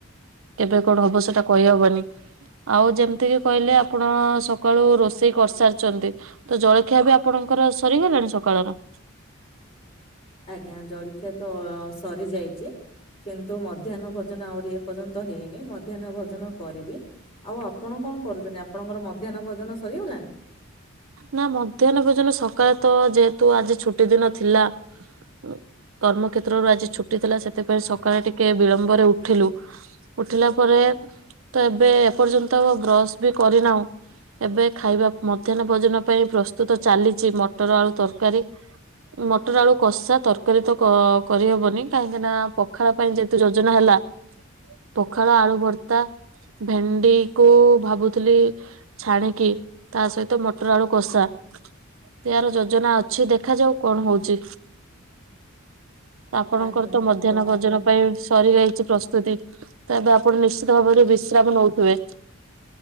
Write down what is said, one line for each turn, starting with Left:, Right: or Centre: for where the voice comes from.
Right: କେବେ କଣ ହବ ସେଟା କହିହବନି। ଆଉ ଯେମତିକି କହିଲେ ଆପଣ ସକାଳୁ ରୋଷେଇ କରିସାରିଚନ୍ତି ତ ଜଳଖିଆ ବି ଆପଣ ଙ୍କର ସରିଗଲାଣି ସକାଳର?
Left: ଆଜ୍ଞା ଜଳଖିଆ ତ ସରିଯାଇଚି କିନ୍ତୁ ମଧ୍ୟାହ୍ନ ଭୋଜନ ଆହୁରି ଏପର୍ଯ୍ୟନ୍ତ ହେଇନି ମଧ୍ୟାହ୍ନ ଭୋଜନ କରିବି ଆଉ ଆପଣ କଣ କରୁଚନ୍ତି ଆପଣଙ୍କର ମଧ୍ୟାହନ ଭୋଜନ ସ୍ ସରିଗଲାନ୍
Right: ନା ମଧ୍ୟାହ୍ନ ଭୋଜନ ସକାଳେ ତ ଯେହେତୁ ଆଜି ଛୁଟି ଦିନ ଥିଲା ଓ କର୍ମକ୍ଷେତ୍ରରୁ ଆଜି ଛୁଟି ଥିଲା ସେଥିପାଇଁ ସକାଳେ ଟିକେ ବିଳମ୍ବରେ ଉଠିଲୁ ଉଠିଲା ପରେ ଲା ତ ଏବେ ଏପର୍ଯ୍ୟନ୍ତ ବ୍ରସ୍ ବି କରିନାହୁଁ ଏବେ ଖାଇବା ମତ୍ ମଧ୍ୟାହ୍ନ ଭୋଜନ ପାଇଁ ପ୍ରସ୍ତୁତ ଚାଲିଚି ମଟର ଆଉ ତରକାରୀ। ମଟର ଆଳୁ କଷା ତରକାରୀ ତ କ-କରିହବନି କାହିଁକିନା ପଖାଳ ପାଇଁ ଯେହେତୁ ଯୋଜନା ହେଲ୍ ଆ ପଖାଳ, ଆଳୁ ଭର୍ତ୍ତା। ଭେଣ୍ଡିକୁ ଭାବୁଥୁଲି ଛାଣିକି ତା ସହି ତ ମଟର ଆଳୁ କଷା ଏହାର ଯୋଜନା ଅଛି ଦେଖାଯାଉ କଣ ହୋଉଚି। ଆପଣଙ୍କର
Left: ଆଜ୍ଞା
Right: ତ ମଧ୍ୟାହ୍ନ ଭୋଜନ
Left: ମୁଁ
Right: ପାଇଁ ସରିଯାଇ‌ ପ୍ରସ୍ତୁତି ତ ଏବେ ଆପଣ ନିଶ୍ଚିତ ଭାବରେ ବିଶ୍ରାମ ନୋଉଥୁବେ।